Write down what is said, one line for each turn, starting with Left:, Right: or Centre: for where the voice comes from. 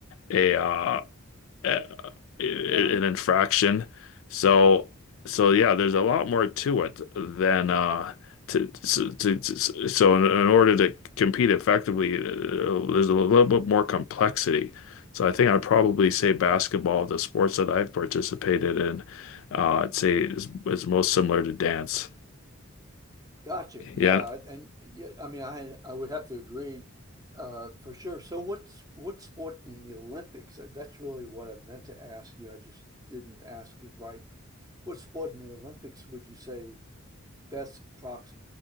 Left: a uh a i-
Right: caring.
Left: an infraction. So
Right: Yeah,
Left: so yeah, there's a lot more to it than uh to, to, to, to- so in, in order to compete effectively, uh, there's a little bit more complexity. So I think I'd probably say basketball, the sports that I've participated in, uh, I'd say is, is most similar to dance.
Right: gotcha. Yeah,
Left: Yeah.
Right: and yeah, I mean, I I would have to agree, uh, for sure. So, what's what sport in the Olympics? Uh, That's really what I meant to ask you. I just didn't ask it right. What sport in the Olympics would you say best prox